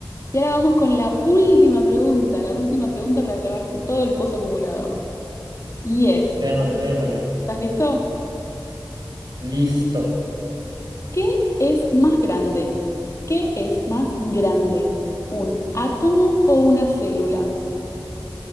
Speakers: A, on the left; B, on the right.
A: Y ahora vamos con la última pregunta, la última pregunta para llevarse todo el pozo acumulado. Y es,
B: démosle,
A: ¿estás li-
B: démosle.
A: estás listo?
B: Listo.
A: ¿Qué es más grande? ¿Qué es más grande? ¿Un átomo o una célula?